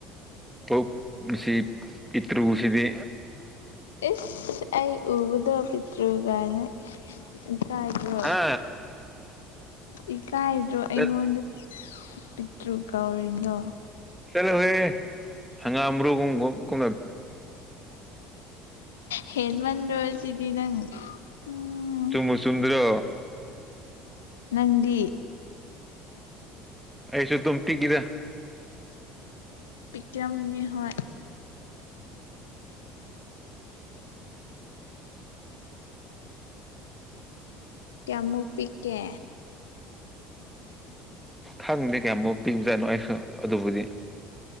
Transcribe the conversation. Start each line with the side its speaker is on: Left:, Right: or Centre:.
Centre: ꯑꯣ ꯃꯁꯤ ꯄꯤꯇ꯭ꯔꯨꯁꯤꯗꯤ
Left: ꯏꯁꯁ ꯑꯩ ꯎꯕꯗꯣ ꯄꯤꯗ꯭ꯔꯨ ꯀꯥꯏꯅ ꯏꯁꯥꯏꯗꯣ
Centre: ꯍꯥ
Left: ꯏꯀꯥꯏꯗ꯭ꯔꯣ ꯑꯩꯉꯣꯟꯗ
Centre: ꯆꯠ
Left: ꯄꯤꯠꯇ꯭ꯔꯨ ꯀꯧꯔꯤꯅꯣ
Centre: ꯆꯜꯂꯣ ꯍꯦ ꯍꯒꯥꯝ ꯃꯔꯨ ꯒꯨꯝ ꯀꯨꯝꯅ
Left: ꯍꯦꯟ ꯃꯟꯗ꯭ꯔꯣ ꯑꯁꯤꯗꯤ ꯅꯪ ꯎꯝ
Centre: ꯆꯨꯝꯕꯨ ꯆꯨꯝꯗ꯭ꯔꯣ
Left: ꯅꯪꯗꯤ
Centre: ꯑꯩꯁꯨ ꯇꯨꯝ ꯇꯤꯛꯒꯤꯗ
Left: ꯄꯤꯛ ꯀꯤꯌꯝꯅꯤ ꯍꯣꯏ ꯀꯌꯥꯃꯨꯛ ꯄꯤꯛꯀꯦ
Centre: ꯈꯪꯗꯦ ꯀꯌꯥꯃꯨꯛ ꯄꯤꯛꯕꯖꯥꯠꯅꯣ ꯑꯩꯁꯨ ꯑꯗꯨꯕꯨꯗꯤ